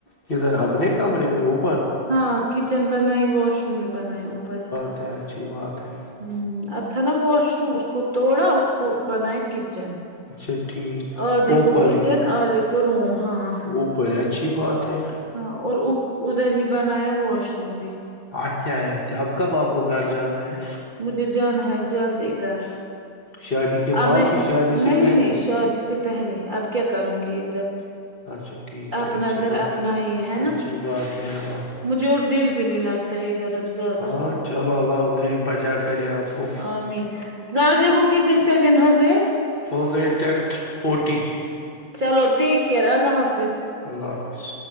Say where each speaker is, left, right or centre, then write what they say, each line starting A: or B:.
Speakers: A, on the left (about 40°); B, on the right (about 35°).
A: کدھر اپنے کمرے میں اوپر
B: ہاں کچن بنائی واش روم بھی بنائے اوپر ہی
A: یہ اچھی بات ہے
B: امم اب تھا نا واش روم اس کو توڑا اس کو بناںے کچن
A: اچھا ٹھیک
B: آدیکھو
A: اوپر
B: کچن
A: ہے
B: آدیکھو روم ہاں
A: اوپر اچھی بات ہے
B: ہاں اور اوپ ادھر ہی بنایا واش روم بھی
A: اچھا ہے اچھا اب کب آپ کو گھر جانا ہے
B: مجھے جانا ہے جلدی کر
A: شادی کے
B: اب
A: بعد
B: میں
A: کی شادی سے
B: نہیں
A: پہلے
B: نہیں شادی سے پہلے اب کیا کروں گی ادھر
A: اچھا ٹھیک
B: اپنا
A: ہے اچھی
B: گھر
A: بات
B: اپنا ہی ہے
A: اچھی
B: نا
A: بات ہے ہاں
B: مجھے اور دل بھی نہیں لگتا ہے ادھر اب زیادہ
A: ہاں چلو اللہ ادھری بجا کرے آپ کو
B: آمین زرا دیکھو کتنے سیکنڈ ہو گئے
A: ہو گئے ٹینتھ فورٹی
B: چلو ٹیک کیر اللہ حافظ
A: اللہ حافظ